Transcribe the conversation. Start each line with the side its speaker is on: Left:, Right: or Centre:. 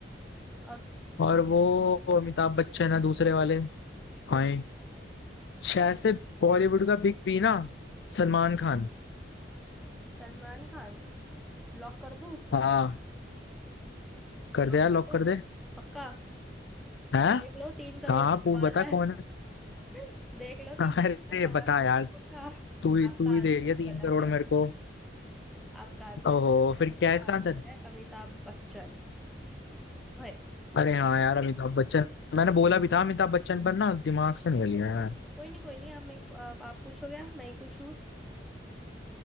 Centre: और वो
Left: और वो अमिताभ बच्चन है दूसरे वाले हाँ
Centre: हम्म
Left: शायद से बॉलीवुड का बिग बी ना सलमान खान
Centre: सलमान खान लॉक कर दूं
Left: हाँ कर
Centre: लॉक
Left: दे यार
Centre: कर
Left: लॉक
Centre: दो
Left: कर दे
Centre: पक्का
Left: है
Centre: देख लो तीन करोड़
Left: हाँ
Centre: का सवाल
Left: पू बता कौन
Centre: है
Left: है
Centre: <laughs> देख लो
Left: <laughs>
Centre: तीन करोड़
Left: अरे
Centre: का सवाल
Left: बता
Centre: है
Left: यार
Centre: पक्का पक्का
Left: तू ही
Centre: आपका
Left: तू ही
Centre: आंसर
Left: दे रही है तीन
Centre: गलत
Left: करोड़
Centre: है
Left: मेरे को
Centre: आपका आंसर
Left: ओहो
Centre: गलत है
Left: फिर
Centre: इसका
Left: क्या है इसका
Centre: आंसर
Left: आंसर
Centre: है अमिताभ बच्चन है
Left: अरे हाँ यार अमिताभ बच्चन मैंने बोला भी था अमिताभ बच्चन पर ना दिमाग से निकल गया यार
Centre: कोई नहीं कोई नहीं आप मेरे को- आप, आप पूछोगे या मैं ही पूछूं